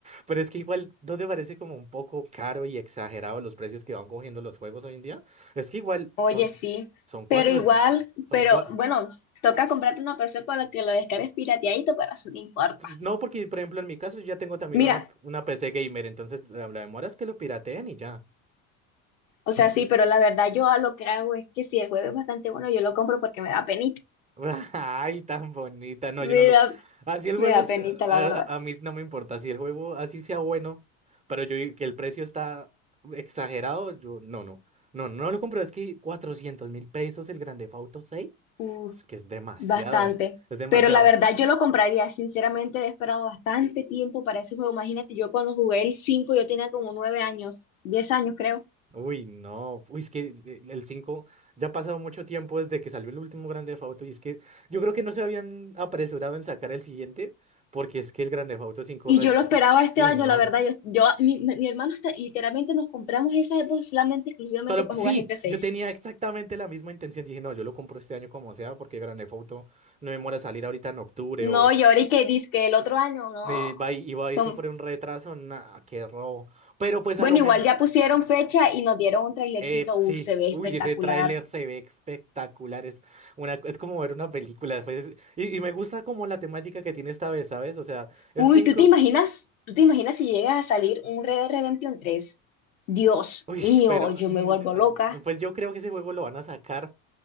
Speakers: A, on the right (about 20°); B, on the left (about 85°).
A: Pero es que igual, ¿no te parece como un poco caro y exagerado los precios que van cogiendo los juegos hoy en día? Es que igual
B: Oye,
A: son,
B: sí,
A: son cuatro,
B: pero igual,
A: son
B: pero
A: cuatro.
B: bueno, toca comprarte una PC para que la descargues pirateadito, pero eso no importa.
A: no, porque por ejemplo en mi caso yo ya tengo también
B: Mira,
A: una, una PC gamer, entonces la, la demora es que lo pirateen y ya.
B: o sea, sí, pero la verdad yo a lo que hago es que si el juego es bastante bueno, yo lo compro porque me da penita.
A: <laughs> Ay, tan bonita. No, yo
B: Me
A: no lo.
B: da,
A: Así el
B: me
A: juego,
B: da
A: es-
B: penita, la
A: a,
B: verdad.
A: a- a mí no me importa. Si el juego así sea bueno, pero yo que el precio está exagerado, yo no, no. No, no lo compro. Es que cuatrocientos mil pesos el Grand Theft Auto 6.
B: Uh,
A: Es que es demasiado.
B: bastante.
A: Es demasiado.
B: Pero la verdad yo lo compraría, sinceramente he esperado bastante tiempo para ese juego. Imagínate, yo cuando jugué el 5 yo tenía como 9 años, 10 años creo.
A: Uy, no. Uy, es que eh, el 5. ya ha pasado mucho tiempo desde que salió el último Grand Theft Auto. Y es que yo creo que no se habían apresurado en sacar el siguiente, porque es que el Grand Theft Auto 5.
B: Y
A: rec-
B: yo lo esperaba este
A: Uy,
B: año,
A: no.
B: la verdad. Yo, yo mi, mi- mi hermano está, literalmente nos compramos esa Xbox solamente, exclusivamente
A: Solo,
B: para
A: sí,
B: jugar GTA seis
A: yo tenía exactamente la misma intención. Dije, no, yo lo compro este año como sea, porque Grand Theft Auto no demora a salir ahorita en octubre
B: No,
A: o
B: y ahora y que dice que el otro año, no.
A: eh, va y, y va
B: Son,
A: y sufre un retraso. Nah, qué robo. Pero pues
B: bueno,
A: a lo
B: igual
A: mejor,
B: ya pusieron fecha y nos dieron un trailercito.
A: eh, sí.
B: Uh, se ve espectacular.
A: Uy, ese tráiler se ve espectacular. Es una, es como ver una película. pues, y, y me gusta como la temática que tiene esta vez, ¿sabes? O sea, el
B: Uy,
A: cinco
B: ¿tú te imaginas? ¿Tú te imaginas si llega a salir un Red Dead Redemption tres Dios
A: Uy,
B: mío,
A: pero
B: yo
A: mm,
B: me vuelvo loca.
A: mm, pues yo creo que ese juego lo van a sacar